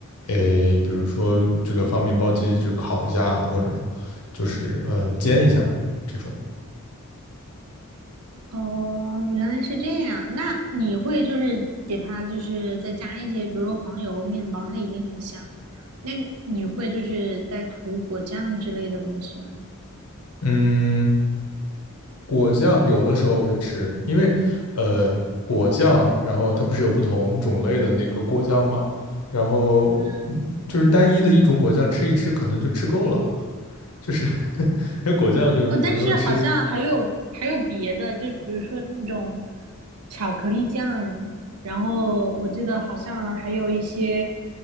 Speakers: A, on the left; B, on the right.
A: 诶，比如说这个放面包机就烤一下，或者就是呃煎一下这种。
B: 哦，原来是这样。那你会就是给它就是再加一些，比如说黄油面包，它已经很香。那你会就是再涂果酱之类的东西吗？
A: 嗯，果酱有的时候会吃，因为呃果酱，然后它不是有不同种类的那个果酱吗？然后嗯就是单一的一种果酱吃一吃，
B: 嗯。
A: 可能就吃够了，就是 <laughs> 果酱就比如说吃，
B: 哦，但是好像还有还有别的，就比如说那种巧克力酱，然后我记得好像还有一些，